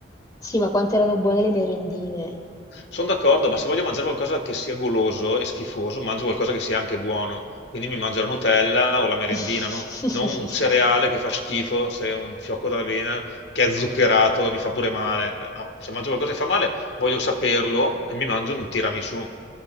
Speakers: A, on the left; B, on the left.
A: sì, ma quante erano buone le merendine.
B: Sono d'accordo, ma se voglio mangiare qualcosa che sia goloso e schifoso, mangio qualcosa che sia anche buono. Quindi mi mangio la Nutella o la merendina,
A: <laughs>
B: no? Non un cereale che fa schifo, se è un fiocco d'avena che è zuccherato e mi fa pure male. Eh, No, se mangio qualcosa che fa male, voglio saperlo e mi mangio un tiramisù.